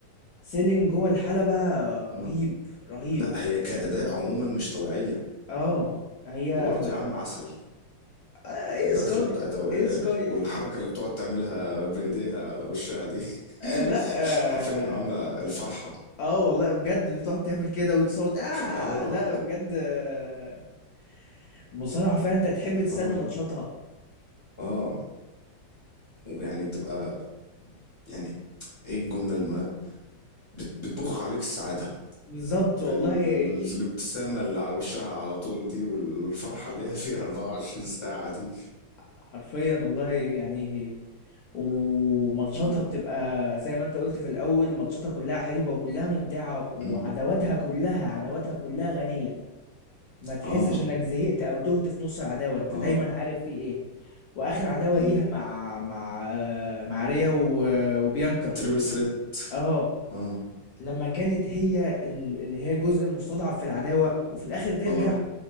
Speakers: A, on the left; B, on the left.
A: سيلينج جوه الحلبة آه، رهيب
B: اه
A: رهيب
B: لا هي كاداء عموما مش طبيعيه
A: اه هي
B: وبرضه
A: آه،
B: يا عم عسل
A: آه، ايه
B: الدخله
A: سكاي
B: بتاعتها و-
A: ايه سكاي
B: والحركه اللي بتقعد تعملها بايديها على وشها دي
A: آه، لا اه
B: <laughs> حرفيا عامله الفرحه
A: آه، والله بجد بتقعد تعمل كده وتصوت اه
B: اه
A: لا بجد آه، مصارعة فعلا انت تحب تستنى
B: اه
A: ماتشاتها
B: اه ويعني تبقى يعني ايه الجمله المنا... بت- بتبخ عليك السعادة
A: بالظبط والله
B: بالابتسامة اللي على وشها على طول دي والفرحة اللي هي فيها 24 ساعة دي
A: حرفيا والله يعني وماتشاتها
B: مم.
A: بتبقى زي ما انت قلت في الاول ماتشاتها كلها حلوة وكلها ممتعة وعداواتها
B: مم.
A: كلها عداواتها كلها غنية ما تحسش
B: اه
A: انك زهقت او تهت في نص العداوه انت
B: اه
A: دايما عارف في ايه واخر عداوه
B: مم.
A: ليها مع مع آه، مع ريا و- وبيانكا
B: التريبل ثريت
A: اه
B: اه
A: لما كانت هي ال- اللي هي الجزء المستضعف في العداوه وفي الاخر ترجع
B: اه